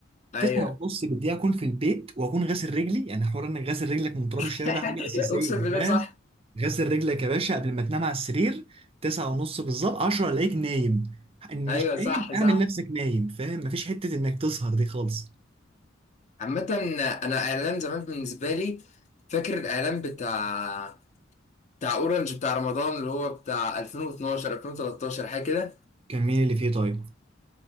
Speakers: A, on the left; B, on the right.
A: ايوه
B: 9 ونص بالدقيقه اكون في البيت واكون غاسل رجلي يعني حوار انك غاسل رجلك من تراب الشارع
A: <laughs>
B: ده حاجه اساسيه
A: اقسم بالله
B: فاهم
A: صح
B: غاسل رجلك يا باشا قبل ما تنام على السرير 9 ونص بالظبط 10 الاقيك نايم إن
A: ايوه
B: مش نايم
A: صح صح
B: اعمل نفسك نايم فاهم مفيش حته انك تسهر دي خالص
A: عامة انا اعلان زمان بالنسبة لي فاكر الاعلان بتاع بتاع اورنج بتاع رمضان اللي هو بتاع 2012 2013 حاجة كده
B: كان مين اللي فيه طيب